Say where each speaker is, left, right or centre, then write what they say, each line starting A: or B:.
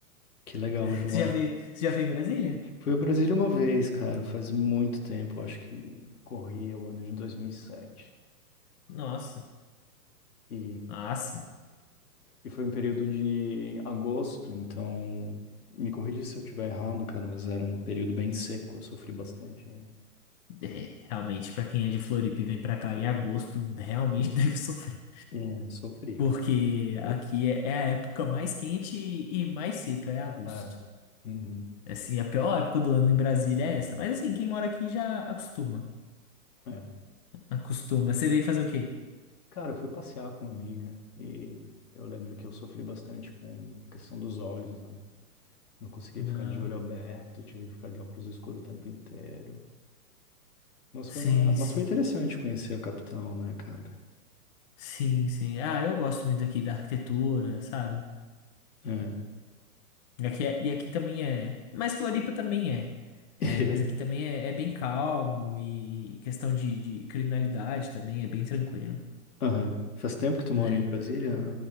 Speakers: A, on the left (about 70°); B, on the left (about 30°).
A: que legal,
B: <laughs>
A: João.
B: Você já veio, você já veio em Brasília?
A: Fui a Brasília uma vez, cara, faz muito tempo, acho que corria o ano de 2007.
B: Nossa.
A: É.
B: Ah, sim.
A: E foi um período de agosto, então me corrija se eu estiver errado, cara, mas era um período bem seco, eu sofri bastante. hein?
B: É, realmente, pra quem é de Floripa e vem pra cá em agosto, realmente <laughs> deve sofrer.
A: É, sofri,
B: Porque
A: cara.
B: aqui é, é a época mais quente e, e mais seca, é agosto.
A: É. Uhum.
B: Assim, a pior época do ano em Brasília é essa. Mas assim, quem mora aqui já acostuma.
A: É.
B: Acostuma. Você veio fazer o quê?
A: Cara, eu fui passear com uma amiga e eu lembro que eu sofri bastante com a questão dos olhos, né? Não conseguia ficar
B: Ah,
A: de olho aberto, tive que ficar de óculos escuros o tempo inteiro. Mas
B: sim,
A: foi uma... mas
B: sim.
A: foi interessante conhecer a capital, né, cara?
B: Sim, sim. Ah, eu gosto muito aqui da arquitetura, sabe?
A: É.
B: Aqui é- e aqui também é. Mas Floripa também é. É,
A: <laughs>
B: mas aqui também é, é bem calmo e questão de, de criminalidade também é bem tranquilo,
A: Aham. Faz tempo que tu
B: né?
A: mora em Brasília?